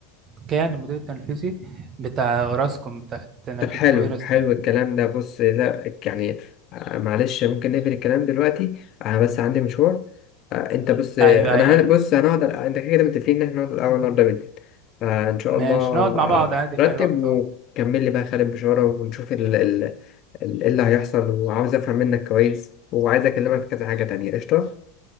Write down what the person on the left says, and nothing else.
طب حلو
حلو
الكلام ده بص لا يعني آه، معلش ممكن نقفل الكلام دلوقتي انا بس عندي مشوار آه، انت بس آه،
انا
هن- بص هنقعد انت كده كده متفقين ان احنا نقعد الاول النهارده بالليل فان شاء
الله
آه،
رتب
وكمل
لي بقى خالد بشارة ونشوف ال ال ال- إيه اللي هيحصل وعاوز افهم منك كويس وعايز اكلمك في كذا حاجة تانية قشطة